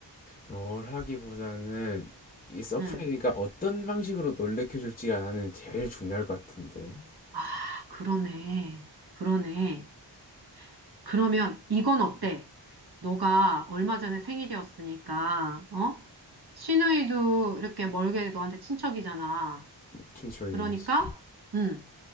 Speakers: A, on the left; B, on the right.
A: 뭘 하기보다는 이 서프라이즈니까
B: 응.
A: 어떤 방식으로 놀래켜 줄지가 나는 제일 중요할 것 같은데
B: 아, 그러네. 그러네. 그러면 이건 어때? 너가 얼마 전에 생일이었으니까 어? 시누이도 이렇게 멀게 너한테 친척이잖아.
A: 춘추하긴
B: 그러니까
A: 하지
B: 응.